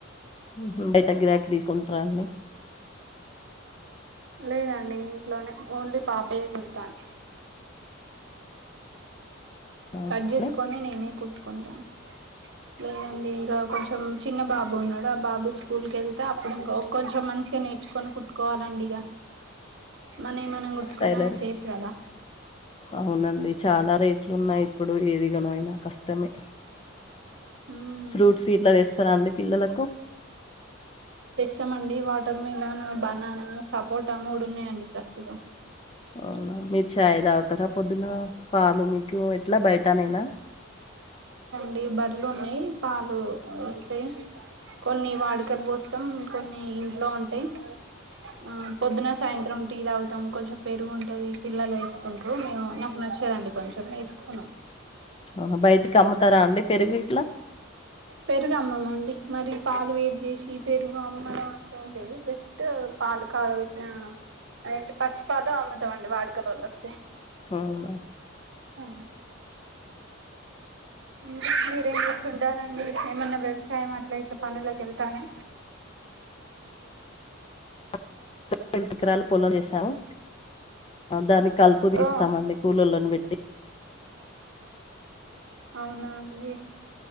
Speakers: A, on the left (about 30°); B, on the right (about 65°).
A: ఊహూ బయట గిరాకి తీస్ కుంటరా అండి
B: లేదండి ఇంట్లోనే ఓన్లీ పాపయే కుడతాను
A: అవునండి
B: కట్ చేస్కోని నేనే కుట్టుకుంటాను లేదండి టో కొంచెం చిన్న బాబు ఉన్నాడు ఆ బాబు స్కూల్ కెళ్తే అప్పుడు ఇంకో కొంచెం మంచిగా నేర్చుకొని కుట్టుకోవాలండి ఇగ మనవి మనం కుట్టుకుంటే
A: టైలరీ
B: సేఫ్ కదా
A: అవునండి చాలా రే ట్లున్నాయి ఇప్పుడు ఏదిగమైన కష్టమే
B: మ్మ్
A: ఫ్రూట్స్ ఇట్లా తెస్తారా అండి పిల్లలకు
B: తమడి వాటర్ మిలన్ బనానా సపోటా మూడున్నాయండి ప్రస్తుతం
A: అవునా మీరు చాయ్ తాగుతారా పొద్దున పాలు మీకు ఎట్లా బయటనేనా
B: డి బర్లున్నాయి పాలు వస్తాయి కొన్ని వాడుకలు పోసం కొన్ని ఇంట్లో ఉంటాయి ఆ పొద్దున సాయంత్రం టీ తాగుతాం కొంచెం పెరుగు ఉంటది పిల్లలు వేసుకుంటూ మేము నాకు నచ్చదండి కొంచెం వేసుకున్నా
A: ఆ బయటికి అమ్ముతారా అండి పెరుగు ఇట్లా
B: పెరుగు అమ్మమండి మరి పాలు వేడి చేసి పెరుగు అమ్మడం అట్ ఏం లేదు, జస్ట్ పాలు కాగ్ పెట్టిన అంటే పచ్చి పాలు అమ్ముతాండి వాడుకలల్ల వస్తే
A: అవునా
B: ఆ ఇంకా మీరేం చేస్తుంటారండి ఏమన్నా వ్యవసాయం అట్లా ఇట్లా పనుల్లోకి వెళ్తారా
A: <inaudible> పొలం చేసాము దాని కలుపు తీస్తామండి
B: ఓ
A: కూలోళ్ళని పెట్టి
B: అవునా అండి